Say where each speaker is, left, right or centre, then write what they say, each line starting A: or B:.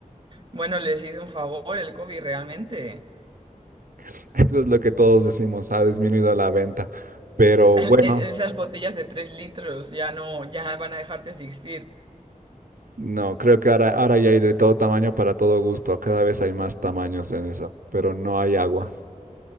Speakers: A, on the right; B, on the right.
A: Bueno, les hice un favor el COVID realmente.
B: <laughs> Eso es lo que todos decimos, ha disminuido la venta. Pero
A: <laughs>
B: bueno,
A: Esas botellas de 3 litros ya no, ya van a dejar de existir.
B: no, creo que ahora, ahora ya hay de todo tamaño para todo gusto, cada vez hay más tamaños en eso, pero no hay agua.